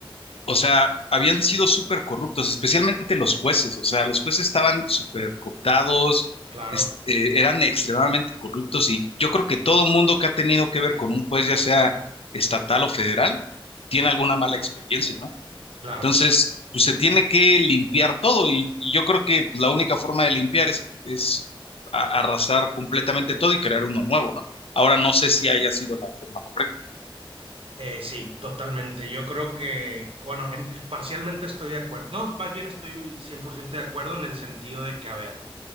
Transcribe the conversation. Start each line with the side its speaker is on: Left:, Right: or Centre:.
Left: o sea, habían sido súper corruptos, especialmente los jueces, o sea, los jueces estaban súper cooptados,
Right: claro,
Left: este, eran extremadamente corruptos y yo creo que todo mundo que ha tenido que ver con un juez, ya sea estatal o federal, tiene alguna mala experiencia, ¿no?
Right: claro.
Left: Entonces, pues se tiene que limpiar todo y, y yo creo que pues, la única forma de limpiar es, es a- arrasar completamente todo y crear uno nuevo, ¿no? Ahora no sé si haya sido la forma correcta.
Right: Eh, sí, totalmente. Yo creo que, bueno, en- parcialmente estoy de acuerdo. No, más bien estoy 100% de acuerdo en el sentido de que, a ver,